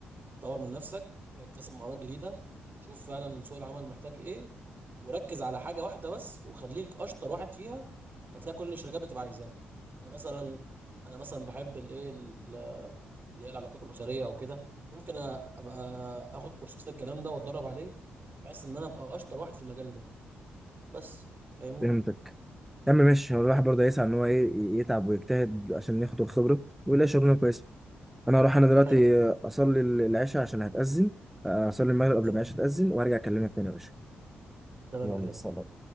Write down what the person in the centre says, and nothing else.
فهمتك يا عم ماشي هو الواحد برضه هيسعى ان هو ايه يتعب ويجتهد عشان ياخد الخبره ويلاقي شغلانه كويسه انا هروح انا دلوقتي
اصلي العشاء عشان هتاذن آه، اصلي المغرب قبل
ما العشاء تاذن وارجع اكلمك تاني يا باشا
يلا
سلام